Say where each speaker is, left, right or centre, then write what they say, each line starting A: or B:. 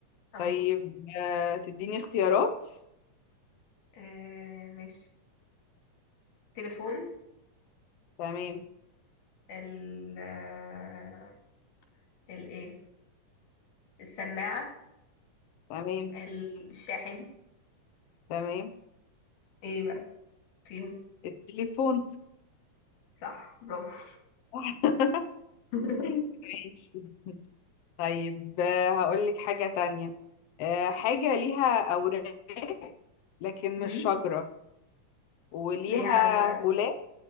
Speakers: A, on the left; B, on the left.
A: اه
B: طيب آه، تديني اختيارات
A: آه، ماشي تليفون
B: تمام
A: ال آه، ال ايه السماعة
B: تمام
A: الشاحن
B: تمام
A: ايه بقى فيهم
B: التليفون
A: صح برافو
B: <laughs>
A: <laughs>
B: ماشي طيب آه، هقولك حاجة تانية آه، حاجة ليها أوراق لكن
A: مم.
B: مش شجرة وليها
A: ليها أوراق
B: غلاف